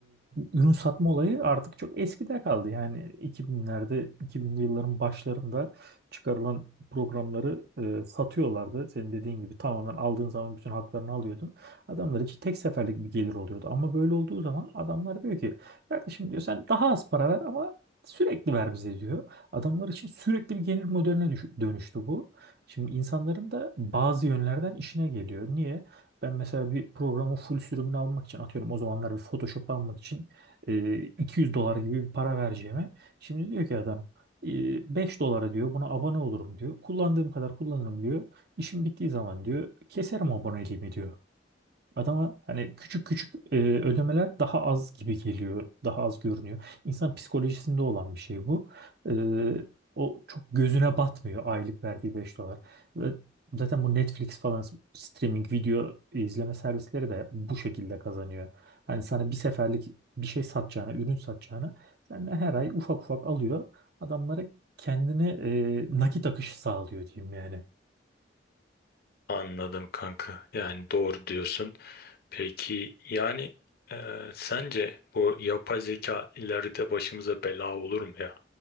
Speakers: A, on the right (about 60°); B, on the left (about 55°).
A: ürün satma olayı artık çok eskide kaldı. Yani 2000'lerde, 2000'li yılların başlarında çıkarılan programları e, satıyorlardı. Senin dediğin gibi tamamen aldığın zaman bütün haklarını alıyordun. Adamlar için tek seferlik bir gelir oluyordu. Ama böyle olduğu zaman adamlar diyor ki kardeşim diyor sen daha az para ver ama sürekli ver bize diyor. Adamlar için sürekli bir gelir modeline düş- dönüştü bu. Şimdi insanların da bazı yönlerden işine geliyor. Niye? Ben mesela bir programın full sürümünü almak için atıyorum o zamanlar bir Photoshop almak için e, 200 dolar gibi bir para vereceğime. Şimdi diyor ki adam e, 5 dolara diyor buna abone olurum diyor. Kullandığım kadar kullanırım diyor. İşim bittiği zaman diyor keserim aboneliğimi diyor. Adama hani küçük küçük e, ödemeler daha az gibi geliyor, daha az görünüyor. İnsan psikolojisinde olan bir şey bu. E, o çok gözüne batmıyor aylık verdiği 5 dolar. Ve Zaten bu Netflix falan streaming video izleme servisleri de bu şekilde kazanıyor. Hani sana bir seferlik bir şey satacağına, ürün satacağına senden her ay ufak ufak alıyor. Adamlara kendine e, nakit akışı sağlıyor diyeyim yani.
B: Anladım kanka. Yani doğru diyorsun. Peki yani e, sence bu yapay zeka ileride başımıza bela olur mu ya?